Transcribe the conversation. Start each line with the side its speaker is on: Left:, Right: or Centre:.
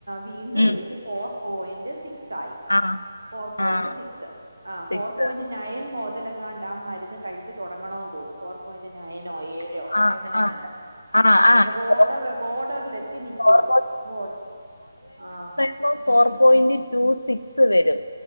Right: വീണ്ടും
Left: ഉം
Right: എനിക്ക് ഫോർ പോയിന്റ് സിക്സ് ആയി
Left: ആഹ്
Right: ഫോർ പോയിന്റ്
Left: ആഹ്
Right: സിക്സ് ആ
Left: സിക്സ്
Right: ഫോർ പോയിന്റ് നയൻ മോതലങ്ങാ ഡാം മരുന്ന് കഴിച്ചു തുടങ്ങണോന്ന് തോന്നുന്നു ഫോർ പോയിന്റ് നയനോ ഏഴ് ോ
Left: ആഹ്
Right: എങ്ങനെങ്ങണ്ട
Left: ആഹ് ആഹ്
Right: ആ അതിന്റെ
Left: ആഹ്
Right: ബോർഡർ ബോർഡറൽ എത്തി നിക്കവാ
Left: ഫോർ
Right: ബോർഡർ ആഹ്
Left: ഇപ്പൊ ഫോർ പോയിന്റ് ടു സിക്സ് വരും